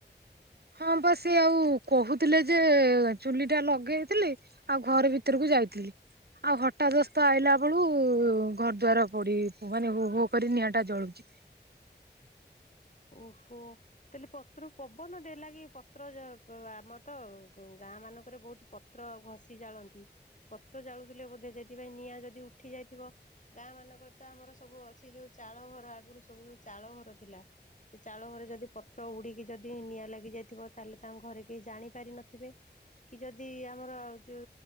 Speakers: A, on the right (about 60°); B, on the left (about 45°).
A: ହଁ ବା ସେ ଆଉ କହୁଥିଲେ ଯେ ଚୁଲି ଟା ଲଗେଇଥିଲି ଆଉ ଘର ଭିତରକୁ ଯାଇଥିଲି ଆଉ ହଠାଦସ୍ତ ଆଇଲା ବେଳୁ ଘର ଦ୍ୱାର ପୋଡି ମାନେ ହୋ ହୋ କରି ନିଆଁ ଟା ଜଳୁଛି।
B: ଓହୋ ତାହଲେ ପତ୍ର ପବନ ଦେଲା କି ପତ୍ର ବ ଆମର ତ ଗାଁ ମାନଙ୍କରେ ବହୁତ ପତ୍ର ଘଷି ଜାଳନ୍ତି ପତ୍ର ଜାଳୁଥିଲେ ବୋଧେ ସେଇଥିପାଇଁ ନିଆଁ ଯଦି ଉଠି ଯାଇଥିବ ଗାଁ ମାନଙ୍କରେ ତ ଆମର ସବୁ ଅଛି ଯୋଉ ଚାଳ ଘର ଆଗରୁ ସବୁ ଯୋଉ ଚାଳ ଘର ଥିଲା। ସେ ଚାଳ ଘରେ ଯଦି ପତ୍ର ଉଡିକି ଯଦି ନିଆଁ ଲାଗି ଯାଇଥିବ ତାହେଲେ ତାଙ୍କ ଘରେ କେହି ଜାଣି ପାରି ନଥିବେ କି ଯଦି ଆମର ଯୋଉ